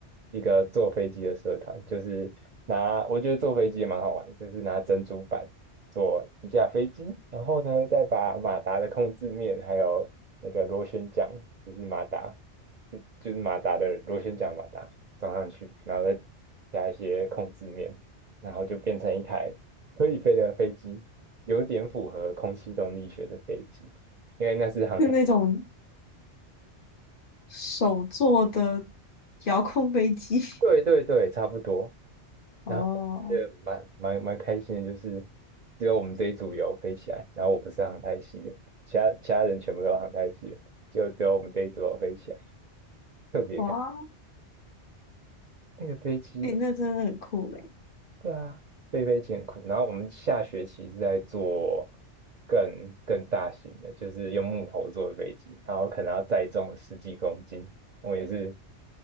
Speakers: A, on the right (about 50°); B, on the left (about 50°).
A: 一个坐飞机的社团，就是拿我觉得坐飞机也蛮好玩，就是拿珍珠板做一架飞机，然后呢再把马达的控制面还有那个螺旋桨，就是马达，就就是马达的螺旋桨马达装上去，然后再加一些控制面。然后就变成一台可以飞的飞机，有点符合空气动力学的飞机，因为那是航太。
B: 是那种手做的遥控飞机，
A: 对对对，差不多。
B: <laughs> 哦，
A: 然后也蛮蛮蛮开心的，就是只有我们这一组有飞起来，然后我不是航太系的，其他其他人全部都是航太系的，就只有我们这一组有飞起来，特别开。
B: 哇，
A: 那个飞机
B: 诶、那真的很酷诶、
A: 对啊，飞飞艰苦。然后我们下学期是在做更更大型的，就是用木头做的飞机，然后可能要载重十几公斤。我们也是